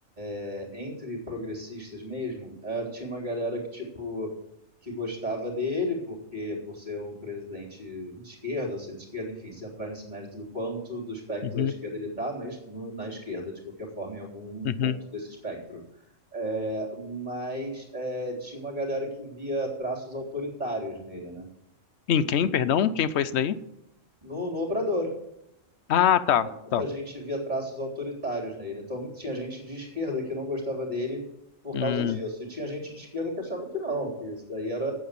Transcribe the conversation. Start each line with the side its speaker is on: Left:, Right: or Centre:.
Right: é, entre progressistas mesmo, era, tinha uma galera que, tipo, que gostava dele, porque por ser um presidente de esquerda, ou centro-esquerda, enfim, sem entrar nesse mérito do quanto do espectro
Left: Uhum,
Right: da esquerda ele está, mas no, na esquerda, de qualquer forma, em algum
Left: uhum.
Right: ponto desse espectro. É, mas é, tinha uma galera que via traços autoritários nele, né?
Left: Em quem, perdão? Quem foi esse daí?
Right: No, no Obrador.
Left: Ah, tá.
Right: muita
Left: Tá.
Right: gente via traços autoritários nele. Então, muito- tinha gente de esquerda que não gostava dele por
Left: Hum.
Right: causa disso. E tinha gente de esquerda que achava que não, que isso daí era,